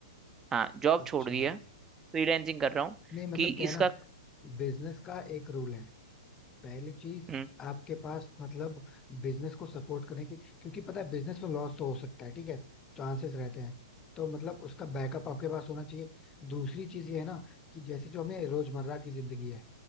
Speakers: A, on the right; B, on the left.
A: हाँ जॉब
B: अच्छा
A: छोड़ दी है फ्रीलैंसिंग कर रहा हूँ
B: नहीं मतलब
A: कि
B: क्या है
A: इसका
B: ना बिजनेस का एक रूल है पहली चीज
A: हम्म,
B: आपके पास मतलब बिजनेस को सपोर्ट करने की क्योंकि पता है बिजनेस में लॉस तो हो सकता है ठीक है चांसेस रहते हैं तो मतलब उसका बैकअप आपके पास होना चाहिए दूसरी चीज ये है ना कि जैसे जो हमें रोजमर्रा की जिंदगी है